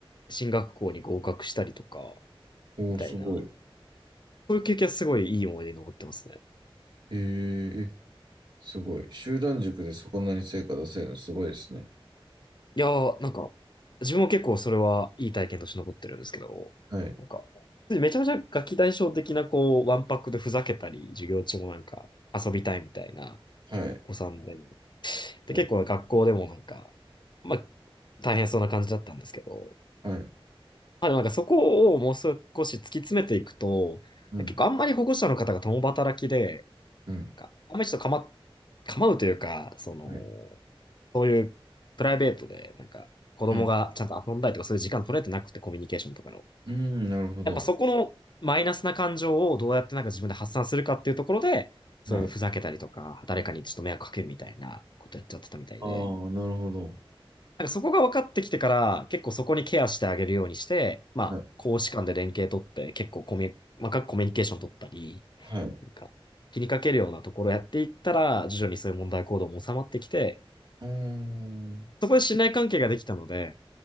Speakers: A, on the left; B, on the right.
A: 進学校に合格したりとか、
B: おー、
A: みたいな、
B: すごい。
A: そういう経験はすごいいい思い出に残ってますね。
B: えー、えすごい。集団塾でそこなに成果出せるのすごいですね。
A: いやー、なんか、自分も結構それはいい体験として残ってるんですけど、
B: はい、
A: なんか、めちゃめちゃガキ大将的な、こう、ワンパックでふざけたり、授業中もなんか遊びたいみたいな
B: はい、
A: お子さんで、で、
B: はい、
A: 結構学校でもなんか、まあ、大変そうな感じだったんですけど、
B: はい、
A: まあ、でもなんかそこをもう少し突き詰めていくと、
B: うん、
A: 結構あんまり保護者の方が共働きで、
B: うん、
A: なんかあんまりちょっとかま、構うというか、その、
B: はい、
A: そういうプライベートで、なんか、子供がちゃんと遊んだりとか、
B: うん、
A: そういう時間取れてなくて、コミュニケーションとかの。
B: うん、なるほど。
A: やっぱそこのマイナスな感情をどうやってなんか自分で発散するかっていうところで、そういうふざけたりとか、
B: はい。
A: 誰かにちょっと迷惑かけるみたいなことやっちゃってたみたいで、
B: ああ、なるほど。
A: なんかそこが分かってきてから、結構そこにケアしてあげるようにして、まあ、
B: はい。
A: 公私間で連携取って、結構コミュ、細かくコミュニケーション取ったり、
B: はい。う
A: なんか、気にかけるようなところをやっていったら、徐々にそういう問題行動も収まってきて、
B: ーん。
A: そこで信頼関係ができたので、